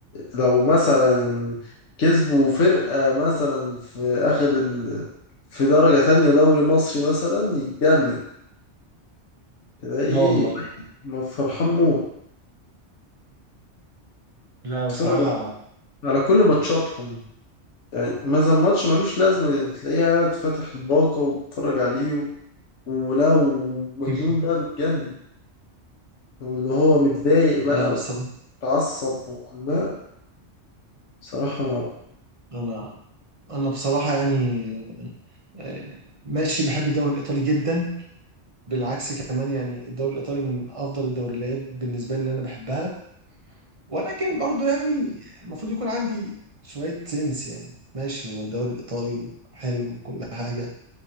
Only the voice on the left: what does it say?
لو مثلا كسبوا فرقة مثلا في آخر ال... في درجة تانية دوري مصري مثلا يتجنن تلاقي
إيه
ما فرحان موت
بتتفرج
على على كل ماتشاتهم يعني مثلا ماتش ملوش لازمة تلاقيه قاعد فاتح الباقة وبتتفرج عليه و... ولو مجنون
بقى متجنن واللي هو متضايق بقى
وتعصب و... لا بصراحة